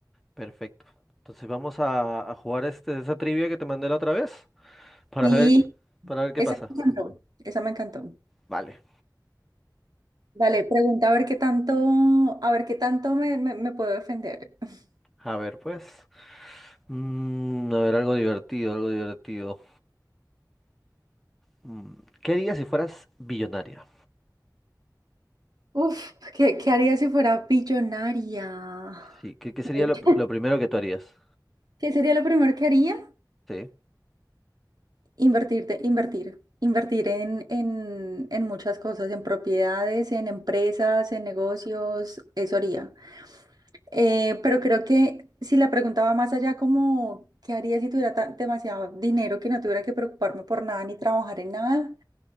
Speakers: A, in the centre; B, on the right.
A: Perfecto. Entonces vamos a, a jugar este, esa trivia que te mandé la otra vez <laughs> para
B: Y
A: ver, para ver qué
B: esa
A: pasa.
B: me encantó, esa me encantó.
A: Vale.
B: Dale, pregunta a ver qué tanto, a ver qué tanto me, me- me puedo defender. <laughs>
A: A ver, pues. Mm, a ver, algo divertido, algo divertido. Mm, ¿qué harías si fueras billonaria?
B: Uf, ¿qué, qué haría si fuera billonaria?
A: Sí, ¿qué, qué sería
B: <laughs>
A: lo, lo primero que tú harías?
B: ¿Qué sería lo primero que haría?
A: Sí,
B: Invertirte, invertir, invertir en, en, en muchas cosas, en propiedades, en empresas, en negocios, eso haría. Eh, pero creo que si la pregunta va más allá, como, ¿qué haría si tuviera ta- demasiado dinero que no tuviera que preocuparme por nada ni trabajar en nada?